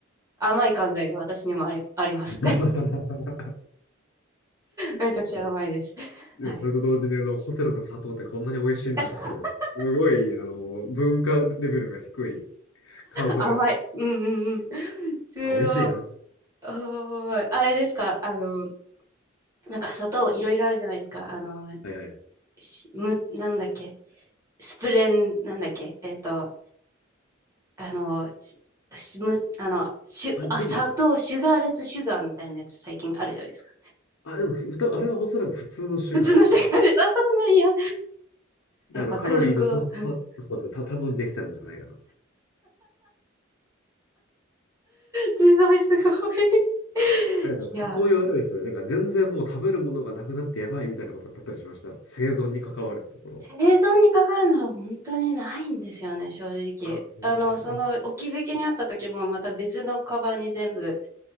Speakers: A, on the right; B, on the left.
A: 甘い考えが私にもあり、あります。
B: <laughs>
A: <laughs> めちゃくちゃ甘いです。
B: ででもそれと同時にあの、
A: はい。
B: ホテルの砂糖ってこんなに美味しいんだっていう、
A: <laughs>
B: すごい、あの、文化レベルが低い感想が
A: 甘い。うんうんうん。すごい。
B: あ、美味しいな。
A: おーいあれですかあの、なんか砂糖いろいろあるじゃないですか。あの、
B: はいはい。
A: しむ、なんだっけスプレン、なんだっけえっと、あの、ししむ、あの、シュ、
B: あ、
A: あ、
B: でも、
A: 砂糖、シュガーレスシュガーみたいなやつ最近あるじゃないですか。
B: あ、でもふ、ふた、あれはおそらく普通のシュガーですね。
A: 普通のシュガーレス、あ、そうなんや。
B: で、
A: やっぱ空腹は。
B: あの、カロリーのた、た
A: うん
B: そうですね、た、多分できたんじゃないかな。
A: すごいすごい。いやー
B: なんか、そそういうあれですよね。なんか、全然もう食べるものがなくなってやばいみたいなことだったりしました。生存に関わるところ。
A: 生存にかかるのは本当にないんですよね、正直。
B: あ、いやなな
A: あの、その置き引きにあった時もまた別のカバンに全部、